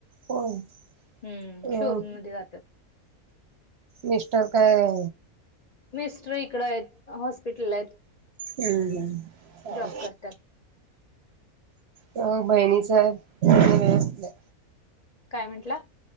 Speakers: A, on the right (about 55°); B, on the left (about 75°).
A: होय
B: हूं
A: अ
B: शोरूम मध्ये जातात
A: मिस्टर काय?
B: मिस्टर इकड आहेत हॉस्पिटल आहेत
A: हम्म हम्
B: जॉब करतात
A: ह.. बहिणीच <inaudible> <unintelligible>
B: काय म्हंटला?